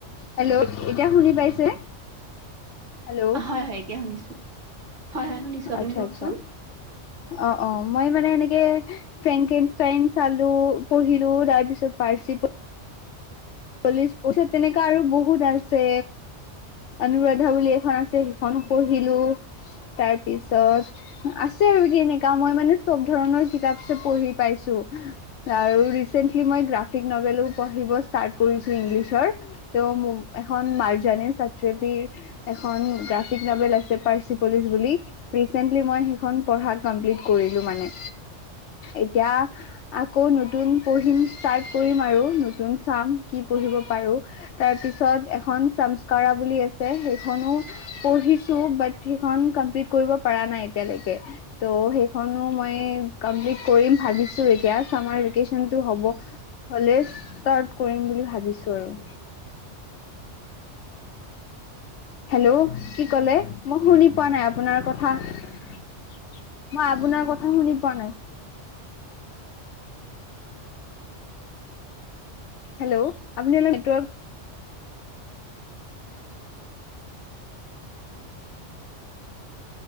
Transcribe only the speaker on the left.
হেল্ল' এতিয়া শুনি পাইছে হেল্ল'
আচ্ছা
আচ্ছা অ - অ। মই মানে এনেকে ফ্ৰেংকনাইন চালো পঢ়িলো তাৰ পিছত পাৰ্চি চল্লিশ পচ তেনেকুৱা আৰু বহুত আছে। অনুৰাধা বুলি এখন আছে সেইখন পঢ়িলো তাৰ পিছত আছে। মই মানে চব ধৰণৰ কিতাপ পঢ়ি পাইছো আৰু ৰিচেন্লি মই গ্ৰাফিক নভেলো পঢ়িব। ষ্টাৰ্ট কৰিছো ইংলিছৰ তেওঁ এখন মাৰ্জানে ছাত্ৰীৱীৰ এখন গ্ৰাফিক নভেল আছে পাৰ্চিপলিচ বুলি ৰিচেন্টলি মই সেইখন পঢ়া কমপ্লিট কৰিলো মানে এতিয়া আকৌ নতুন পঢ়িম ষ্টাৰ্ট কৰিম আৰু নতুন। চাম কি পঢ়িব পাৰো তাৰ পিছত এখন চামস্কাৰা বুলি আছে সেইখনো, পঢ়িছো বাত সেইখন কমপ্লিট কৰিব পৰা নাই এতিয়ালৈকে ত' সেইখনো মই কৰি ভাবিছো এতিয়া চামাৰ ভেকেচন টো হব হলেই স্তাৰট কৰিম বুলি ভাবিছো আৰু। হেল্ল' কি কলে মই শুনি পোৱা নাই আপোনাৰ কথা। মই আপোনাৰ কথা শুনি পোৱা নাই। হেল্ল' আপুনি অলপ নেটৰ্ক